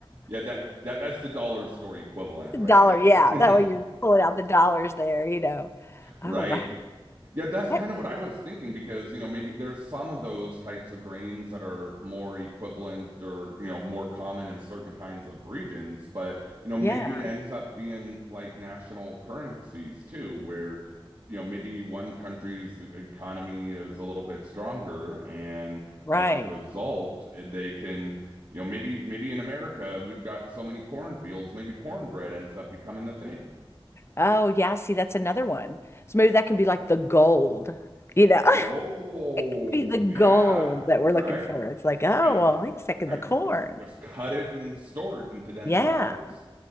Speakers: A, on the right; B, on the left.
A: Yeah, that that that's the dollar store equivalent right
B: Dollar,
A: there.
B: yeah.
A: <laughs>
B: That way you're pulling out the dollars there, you know.
A: Right.
B: Oh, wow.
A: Yeah, that's kind
B: That-
A: of what I was thinking because, you know, maybe there's some of those types of grains that are more equivalent or, you know, more common in certain kinds of regions, but, you know, maybe
B: yeah,
A: it ends up being like national currencies too, where, you know, maybe one country's e, economy is a little bit stronger and
B: right.
A: as a result, eh, they can, you know, maybe maybe in America we've got so many cornfields, maybe cornbread ends up becoming the thing.
B: Oh, yeah. See, that's another one. So maybe that can be like the gold, you know. <laughs>
A: Oh,
B: It could be the gold
A: yeah,
B: that we're
A: right.
B: looking for. It's like, oh,
A: I'm.
B: well, wait a second,
A: I'm
B: the corn.
A: just cut it and store it into them
B: Yeah.
A: bars.